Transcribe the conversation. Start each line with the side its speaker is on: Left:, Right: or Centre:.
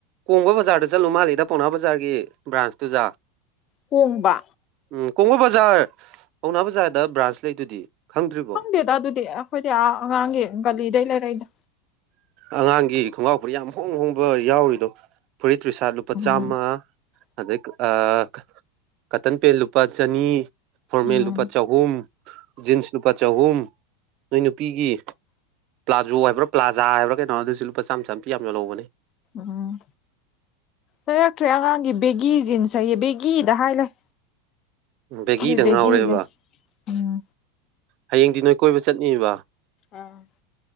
Right: ꯀꯣꯡꯕ ꯕꯖꯥꯔꯗ ꯆꯠꯂꯨ ꯃꯥꯜꯂꯤꯗ ꯄꯎꯅꯥ ꯕꯖꯥꯔꯒꯤ ꯕ꯭ꯔꯥꯟꯁꯇꯨꯖꯥ
Left: ꯀꯣꯡꯕ
Right: ꯎꯝ ꯀꯣꯡꯕ ꯕꯖꯥꯔ ꯄꯧꯅꯥ ꯕꯖꯥꯔꯗ ꯕ꯭ꯔꯥꯟꯁ ꯂꯩꯗꯨꯗꯤ ꯈꯪꯗ꯭ꯔꯤꯕꯣ
Left: ꯗꯦꯗ ꯑꯗꯨꯗꯤ ꯑꯈꯣꯏꯗꯤ ꯑꯥ ꯑꯉꯥꯡꯒꯤ ꯒꯥꯂꯤꯗꯩ ꯂꯩꯔꯛꯏꯗ
Right: ꯑꯉꯥꯡꯒꯤ ꯈꯣꯡꯒꯥꯎ ꯐꯨꯔꯤ ꯌꯥꯝ ꯍꯣꯡ ꯍꯣꯡꯕ ꯌꯥꯎꯔꯤꯗꯣ ꯐꯨꯔꯤꯠ ꯇ꯭ꯔꯤꯁꯥꯠ ꯂꯨꯄꯥ ꯆꯥꯝꯃ
Left: ꯎꯝ
Right: ꯑꯗꯩꯛ ꯑꯛ ꯀꯇꯟ ꯄꯦꯟ ꯂꯨꯄꯥ ꯆꯅꯤ ꯐꯣꯔꯃꯦꯜ
Left: ꯎꯝ
Right: ꯂꯨꯄꯥ ꯆꯍꯨꯝ ꯖꯤꯟꯁ ꯂꯨꯄꯥ ꯆꯍꯨꯝ ꯅꯣꯏ ꯅꯨꯄꯤꯒꯤ ꯄ꯭ꯂꯥꯖꯣ ꯍꯥꯏꯕ꯭ꯔꯞ ꯄ꯭ꯂꯥꯖ ꯍꯥꯏꯕ꯭ꯔ ꯀꯩꯅꯣ ꯑꯗꯨꯁꯨ ꯂꯨꯄꯥ ꯆꯥꯝ ꯆꯥꯝꯄꯤ ꯌꯥꯝ ꯌꯣꯜꯂꯧꯕꯅꯦ
Left: ꯍꯝꯍꯝ ꯂꯩꯔꯛꯇ꯭ꯔꯦ ꯑꯉꯥꯡꯒꯤ ꯕꯦꯒꯤ ꯖꯤꯟꯁ ꯍꯩꯌꯦ ꯕꯦꯒꯤꯗ ꯍꯥꯏ ꯂꯩ
Right: ꯕꯦꯒꯤꯗ
Left: ꯑꯗꯨꯏ ꯕꯦꯒꯤꯖꯦ
Right: ꯉꯥꯎꯔꯦꯕ
Left: ꯎꯝ
Right: ꯍꯌꯦꯡꯗꯤ ꯅꯣꯏ ꯀꯣꯏꯕ ꯆꯠꯅꯤꯕ
Left: ꯑꯥ